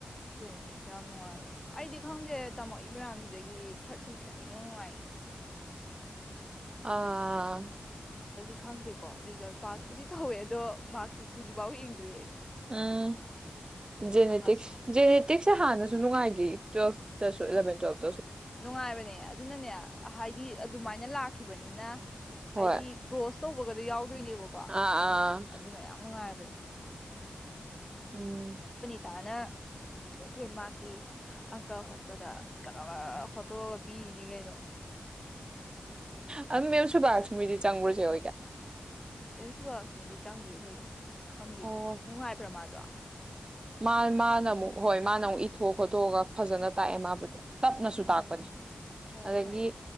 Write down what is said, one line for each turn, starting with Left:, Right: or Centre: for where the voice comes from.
Left: ꯖꯦꯅꯦꯇꯤꯛꯁꯨ ꯌꯥꯝ ꯅꯨꯡꯉꯥꯏꯕꯅꯦ ꯑꯩꯗꯤ ꯈꯪꯗꯦ ꯇꯝꯃꯛꯏ ꯃꯌꯥꯝꯁꯤꯗꯒꯤ ꯊꯥꯔꯠꯁꯔ ꯅꯤ ꯃꯨꯏ
Right: ꯑ
Left: ꯈꯪꯗꯦ ꯀꯣ ꯔꯤꯖꯜꯠ ꯄꯥꯁꯄꯨꯗꯤ ꯇꯧꯋꯦ ꯑꯗꯣ ꯃꯥꯔꯛꯁꯤꯠ ꯍꯧꯖꯤꯛꯐꯥꯎ ꯌꯦꯡꯗ꯭ꯔꯤ ꯑꯩ
Right: ꯑꯥ ꯍꯇ
Left: ꯉꯁꯤ
Right: <unintelligible> ꯃꯇꯦꯛꯁꯦ ꯍꯥꯟꯅꯁꯨ ꯅꯨꯡꯉꯥꯏꯈꯤ ꯇꯨꯌꯦꯜꯐꯇꯁꯨ ꯑꯦꯂꯕꯦꯟ ꯇꯨꯌꯦꯜꯞ
Left: ꯅꯨꯡꯉꯥꯏꯕꯅꯦ ꯑꯗꯨꯅꯅꯦ ꯍꯥꯏꯗꯤ ꯑꯗꯨꯃꯥꯏꯅ ꯂꯥꯛꯈꯤꯕꯅꯤꯅ ꯍꯥꯏꯗꯤ
Right: ꯍꯣꯏ
Left: ꯀ꯭ꯔꯣꯁ ꯇꯧꯕꯒꯗꯤ ꯌꯥꯎꯗꯦ ꯅꯦꯕꯀꯣ
Right: ꯑꯥ ꯑꯥ
Left: ꯑꯗꯨꯅ ꯌꯥꯝ ꯅꯨꯡꯉꯥꯏꯔꯦ ꯃꯦ
Right: ꯎꯝ
Left: ꯇꯥꯅ ꯗꯦꯟꯃꯥꯛꯔꯀꯤ ꯑꯪꯀꯜ ꯍꯣꯠꯄꯗ ꯀꯔ ꯐꯣꯇꯣꯒ ꯄꯤꯔꯤꯅꯤ ꯀꯩꯅꯣ
Right: ꯑ <unintelligible> ꯨꯕꯁꯃꯤꯗꯤ ꯆꯪꯨꯔꯁꯦ ꯑꯣꯏꯒ
Left: <unintelligible> ꯈꯪꯗꯦꯗꯨꯅ
Right: ꯑꯣ
Left: ꯅꯨꯡꯉꯥꯏꯕ꯭ꯔꯥ ꯃꯥꯖꯣ
Right: ꯃꯥꯅ ꯑꯃꯨꯛ ꯍꯣꯏ ꯃꯥꯅ ꯑꯃꯨꯛ ꯏꯊꯣꯛ ꯈꯣꯠꯇꯣꯛꯑꯒ ꯐꯖꯅ ꯇꯥꯛꯑꯦ ꯃꯥꯕꯨꯗꯤ ꯇꯞꯅꯁꯨ
Left: ꯎꯝ
Right: ꯇꯥꯛꯄꯅꯦ
Left: ꯑꯣ
Right: ꯑꯗꯒꯤ
Left: ꯐꯩꯌꯦ